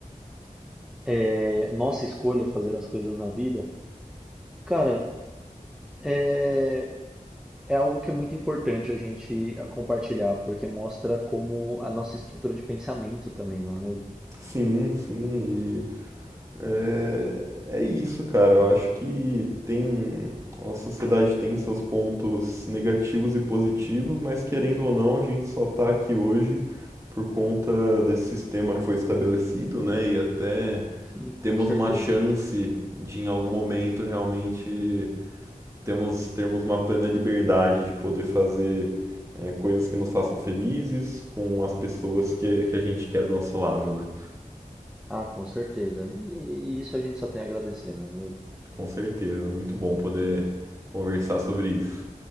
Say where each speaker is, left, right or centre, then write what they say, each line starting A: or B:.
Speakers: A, in the centre; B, on the right (about 20°).
A: é, nossa escolha fazer as coisas na vida, cara, é, é algo que é muito importante a gente ah, compartilhar, porque mostra como a nossa estrutura de pensamento também, não é mesmo?
B: Sim, sim, e É, é isso, cara. Eu acho que tem. A nossa sociedade tem seus pontos negativos e positivos, mas querendo ou não, a gente só tá aqui hoje por conta desse sistema que foi estabelecido, né? E até
A: Sim. Com
B: temos
A: certeza.
B: uma chance de, em algum momento, realmente temos, termos uma plena liberdade de poder fazer, é, coisas que nos façam felizes com as pessoas que, que a gente quer do nosso lado, né?
A: Ah, com certeza. E, e isso a gente só tem a agradecer, não é mesmo?
B: Com certeza, muito bom poder conversar sobre isso.